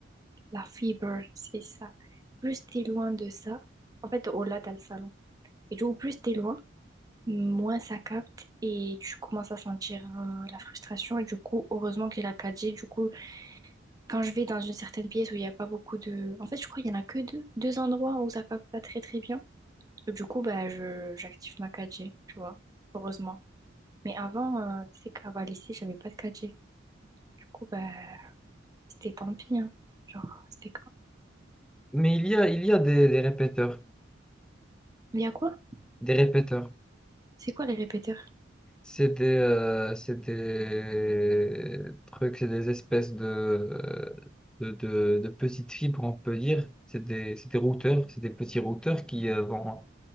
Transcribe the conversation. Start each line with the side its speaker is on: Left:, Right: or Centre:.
Right: La fibre, c'est ça. Plus t'es loin de ça... En fait, au-delà, t'as le salon. Et du coup, plus t'es loin, moins ça capte et tu commences à sentir euh, la frustration. Et du coup, heureusement qu'il y a la 4G. Du coup, quand je vais dans une certaine pièce où il n'y a pas beaucoup de... En fait, je crois qu'il n'y en a que deux, deux endroits où ça capte pas très très bien. Et du coup, bah, je, j'active ma 4G, tu vois, heureusement. Mais avant, euh, tu sais qu'à Valaisie, j'avais pas de 4G. Du coup, bah, c'était tant pis, hein. Genre, c'était quand?
Centre: Mais il y a, il y a des, des répéteurs.
Right: Il y a quoi?
Centre: Des répéteurs.
Right: C'est quoi les répéteurs?
Centre: C'est des, euh, c'est des trucs, c'est des espèces de, de, de- de petites fibres, on peut dire. C'est des, c'est des routeurs, c'est des petits routeurs qui, euh, vont,